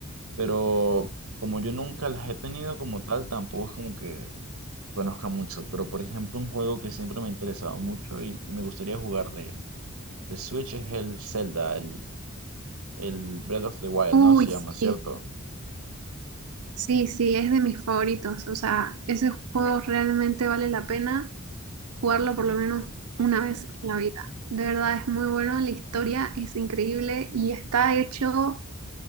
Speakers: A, on the right; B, on the right.
A: pero como yo nunca las he tenido como tal, tampoco es como que conozca mucho, pero por ejemplo un juego que siempre me ha interesado mucho y, y me gustaría jugar de de Switch es el Zelda, el, el Breath of the Wild,
B: Uy,
A: ¿no? Se llama, ¿cierto?
B: sí. Sí, sí, es de mis favoritos. O sea, ese juego realmente vale la pena jugarlo
A: Ujú,
B: por lo menos una vez en la vida. De verdad es muy bueno, la historia es increíble y está hecho,